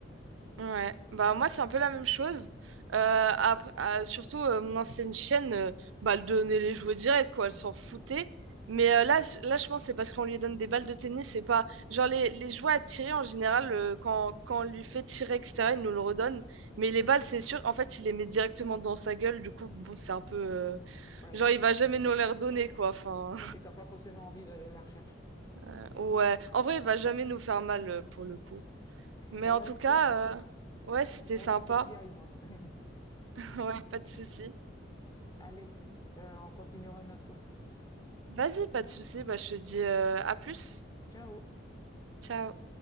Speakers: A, on the right (about 85°); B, on the left (about 20°).
A: Ouais, bah moi c'est un peu la même chose. Euh, après- euh, surtout euh, mon ancienne chaîne, euh, bah elle donnait les jouets directs quoi, elle s'en foutait. Mais euh, là, c- là je pense que c'est parce qu'on lui donne des balles de tennis, c'est pas genre les, les jouets à tirer en général euh, quand quand on lui fait tirer etc. il nous le redonne. Mais les balles c'est sûr, en fait il les met directement dans sa gueule, du coup bon c'est un peu euh,
B: Ouais,
A: genre
B: c'est-
A: il va jamais nous les redonner quoi. Enfin
B: ouais, et t'as pas forcément envie d'aller la rechercher.
A: <laughs> ouais, en vrai il va jamais nous faire mal euh, pour le coup. Mais
B: Bon,
A: en
B: ouais,
A: tout
B: Esther,
A: cas euh,
B: c'est-
A: ouais c'était
B: ouais,
A: sympa,
B: il faut que j'y aille, moi. <laughs>
A: <laughs> ouais pas de souci.
B: Allez, euh, on continuera une autre fois.
A: Vas-y, pas de souci. Bah, je te dis euh, à plus.
B: Ciao!
A: Ciao.